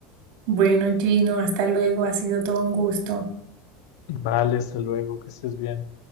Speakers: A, on the right (about 65°); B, on the left (about 80°).
A: Bueno, Gino, hasta luego. Ha sido todo un gusto.
B: Vale, hasta luego, que estés bien.